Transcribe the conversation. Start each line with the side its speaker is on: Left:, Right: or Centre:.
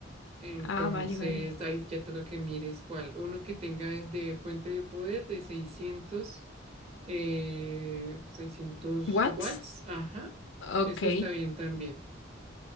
Right: Entonces
Left: Ah, vale, vale.
Right: ahí ya toca que mires cuál. Uno que tenga es de fuente de poder de 600 eh, 600
Left: What?
Right: watts. Ajá,
Left: Ok,
Right: ese está bien también.